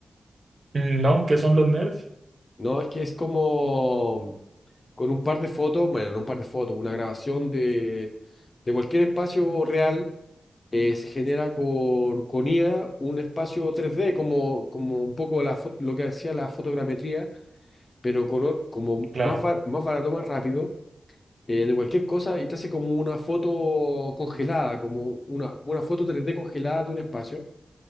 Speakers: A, on the right; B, on the left.
A: Mm, No, ¿qué son los nerfs?
B: No, es que es como con un par de fotos, bueno, no un par de fotos, una grabación de, de cualquier espacio real eh, se genera con, con IA un espacio 3D, como, como un poco la, fo- lo que hacía la fotogrametría, pero color como
A: Claro,
B: más, bar- más barato, más rápido, eh, de cualquier cosa, y te hace como una foto congelada, como una, una foto 3D congelada de un espacio.